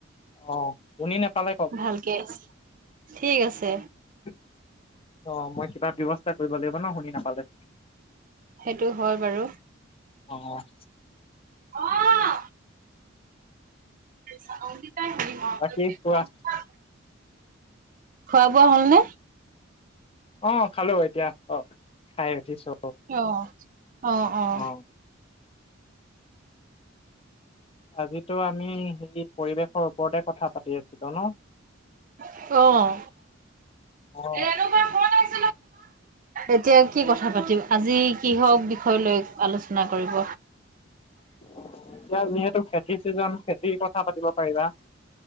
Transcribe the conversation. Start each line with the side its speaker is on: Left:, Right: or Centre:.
Left: অ, শুনি নেপালে
Right: ভালকে <unintelligible> ঠিক আছে।
Left: অ'মই কিবা ব্যৱস্থা কৰিব লাগিব ন'শুনি নাপালে।
Right: সেইটো হয় বাৰু।
Left: অ',
Right: অ' পিছে অংকীতাই হেৰী <unintelligible>
Left: বাকী কোৱা
Right: খোৱা-বোৱা হ'ল নে?
Left: অ'খালোঁ এতিয়া, অ' খাই উঠিছো।
Right: ইয় অ'অ'।
Left: অ আজিতো আমি সেই পৰিৱেশৰ ওপৰতে কথা পাতি আছিলোঁ ন?
Right: অ' <unintelligible>
Left: অ', <inaudible>
Right: এতিয়া কি কথা পাতিম? আজি কিহক বিষয় লৈ আলোচনা কৰিব?
Left: এতিয়া যিহেতু খেতিৰ চিজন, খেতিৰ কথা পাতিব পাৰিবা।